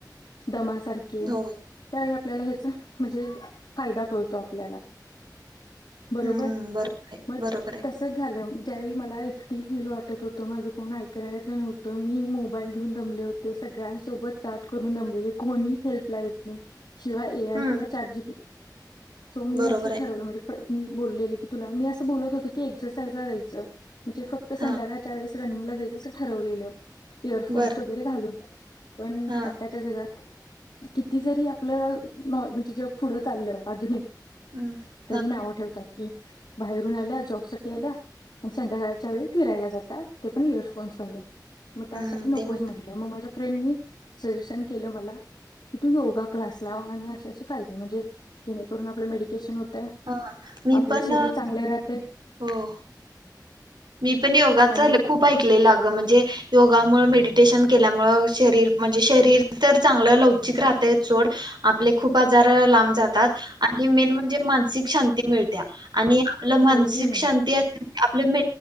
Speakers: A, on the left; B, on the right.
A: दमासारखे
B: हो
A: त्या.. आपल्याला ह्याच म्हणजे फायदा कळतो आपल्याला. बरोबर
B: हम्म बरोबर आहे
A: मग
B: बरोबर आहे.
A: तसच झालं त्यावेळी मला एकटी फील वाटत होतं माझं कोण ऐकनारातलं नव्हतं मी मोबाईल घेऊन दमले होते सगळ्यांसोबत चाट करून दमलेले कोणी हेल्पला येत नाही. शिवाय ए आय
B: हम्म
A: किंवा चार जी सो मी
B: बरोबर
A: असं
B: आहे
A: ठरवलं म्हणजे मी बोलले की तुला मी असं बोलत होत की एक्सरसाईजला जा्यायच म्हणजे फक्त संध्याकाळच्या
B: हा
A: वेळेस रनिंगला जायचं असं ठरवलेलं. इयरफोन्स
B: बरं
A: वगैरे घालून. पण
B: हा हा.
A: आत्ताच्या जगात किती जरी आपलं नॉ म्हणजे जग पुढं चाललं आधुनिक
B: हम्
A: तरी नावं ठेवतात की बाहेरून आल्या जॉब साठी आल्या आणि संध्याकाळच्या वेळी फिरायला जाता ते पण इयरफोन्स घालून. मग त्यासाठी
B: हम्म
A: नकोच
B: ते मात्र
A: म्हंटलं मग माझ्या फ्रेंडनी सजेशन केलं मला की तू योगा क्लास लाव आणि असे असे फायदे म्हणजे जेणेकरून आपल मेडीटेशन होतंय.
B: हा मी
A: आपले
B: पण
A: शरीर
B: अ,
A: चांगलं राह ते
B: हो मी पण योगाच
A: आणि
B: खूप ऐकलेलं अं म्हणजे योग मुळ मेडिटेशन केल्यामुळे म्हणजे तर शरीर लवचिक राहते आपले खूप आजार लांब जातात आणि मेन म्हणजे मानसिक शांती मिळते आणि मानसिक
A: हो हे मेन
B: शांती आपल